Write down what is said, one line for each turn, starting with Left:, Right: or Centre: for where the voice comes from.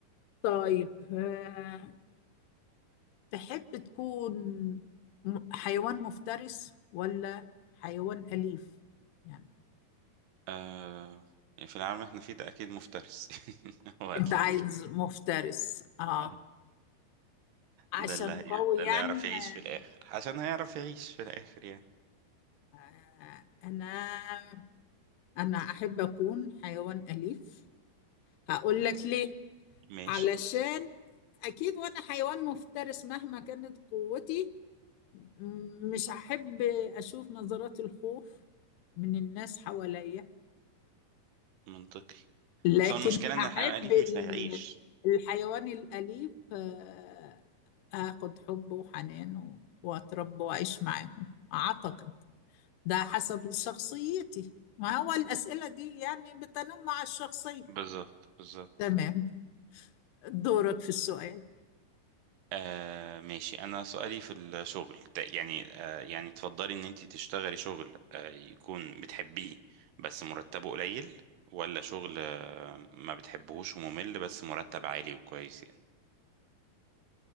Left: طيب آه، تحب تكون م- حيوان مفترس ولا حيوان أليف يعني
Right: آه يعني في العالم اللي احنا فيه ده اكيد مفترس <laughs> هو
Left: أنت
Right: ده
Left: عايز
Right: ال-
Left: مفترس آه
Right: آه،
Left: عشان
Right: ده اللي هي...
Left: قوي
Right: ده
Left: يعني
Right: اللي يعرف
Left: ما
Right: يعيش في الاخر عشان هيعرف يعيش في الاخر يعني
Left: آه، انا انا احب اكون حيوان اليف هقول لك ليه
Right: ماشي
Left: علشان اكيد وانا حيوان مفترس مهما كانت قوتي م- مش هحب اشوف نظرات الخوف من الناس حواليا
Right: منطقي
Left: لكن
Right: بس هو المشكلة ان
Left: احب
Right: الحيوان الأليف
Left: ال-
Right: مش هيعيش
Left: الحيوان الاليف آه، اخد حبه وحنانه واتربى واعيش معاهم اعتقد ده حسب شخصيتي ما هو الأسئلة دي يعني بتنمع الشخصية
Right: بالظبط بالظبط
Left: تمام دورك في السؤال
Right: آه ماشي أنا سؤالي في الشغل ت- يعني آه يعني تفضلي إن أنت تشتغلي شغل آه يكون بتحبيه بس مرتبه قليل ولا شغل آه ما بتحبهوش وممل بس مرتب عالي وكويس يعني